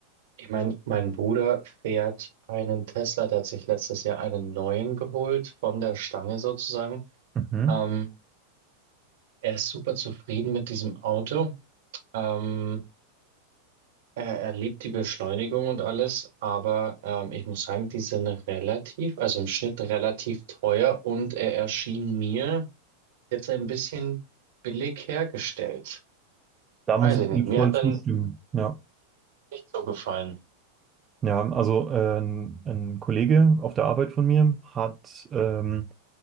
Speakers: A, on the right; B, on the right.
A: Ich meine, mein Bruder fährt einen Tesla, der hat sich letztes Jahr einen neuen geholt, von der Stange sozusagen.
B: Mhm.
A: Ähm, er ist super zufrieden mit diesem Auto. Ähm, er, er liebt die Beschleunigung und alles, aber ähm, ich muss sagen, die sind relativ, also im Schnitt relativ teuer und er erschien mir jetzt ein bisschen billig hergestellt.
B: Da muss
A: Weiß
B: ich
A: ich
B: dir
A: nicht, mir
B: voll
A: hat
B: zustimmen.
A: er nicht,
B: Ja,
A: nicht so gefallen.
B: ja, also äh, ein, ein Kollege auf der Arbeit von mir hat ähm,